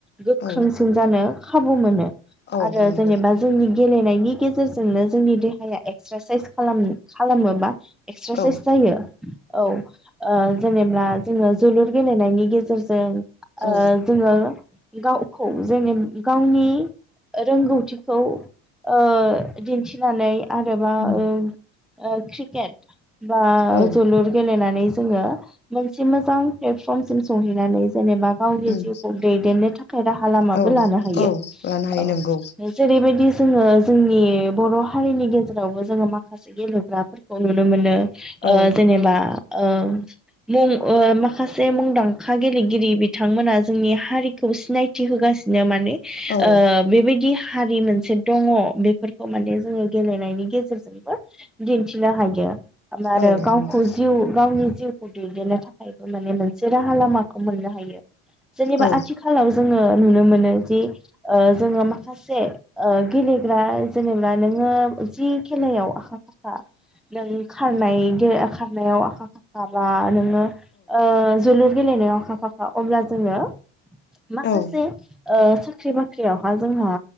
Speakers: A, in the centre; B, on the left.
A: गोख्रोंसिन
B: औ
A: जानो खाबु मोनो।
B: औ
A: आरो
B: नंगौ
A: जेनेबा जोंनि गेलेनायनि गेजेरजोंनो जोंनि देहाया एक एक्सारसाइस खालाम खालामोबा एक्सारसाइस
B: औ
A: जायो औ ओ जेनेब्ला जोङो जोलुर गेलेनायनि गेजेरजों ओ
B: औ
A: जोङो गावखौ जेने गावनि रोंगौथिखौ ओ दिन्थिनानै आरोबा
B: उम
A: ओ ओ क्रिकेट बा
B: औ
A: जोलुर गेलनानै जोङो मोनसे मोजां प्लेटफरम सिम सहैनानै जेनेबा गावनि
B: उम
A: जिउखौ दैदेननो थाखाय राहा लामाबो
B: औ
A: लानो हायो
B: औ लानो हायो
A: औ
B: नंगौ
A: जेरैबायदि जोङो जोंनि बर' हारिनि गेजेरावबो जोङो माखासे गेलेग्राफोरखौ नुनो मोनो। ओ
B: औ
A: जेनेबा ओ मुं ओ माखासे मुंदांखा गेलेगिरि बिथांमोना जोंनि हारिखौ सिनायथि होगासिनो माने
B: औ
A: ओ बेबायदिहा हारि मोनसे दङ बेफोरखौ माने जोङो गेलेनायनि गेजेरजोंबो दिन्थिनो हायो। आम आरो
B: औ
A: गावखौ
B: नंगौ
A: जिउ गावनि जिउ खौ दैदेननो थाखायबो माने मोनसे राहा लामाखौ मोननो हायो। जेनेबा
B: औ
A: आथिखालाव जोङो नुनो मोनो जि ओ जोङो माखासे ओ गेलेग्रा जेनेबा नोङो जि खेलायाव आखा फाखा नों खारनाय गे खारनायाव आखा फाखा बा नों ङो ओ जोलुर गेलेनायाव आखा फाखा अब्ला जोङो माखासे
B: औ
A: ओ साख ख्रि बाख्रियावहा जोंहा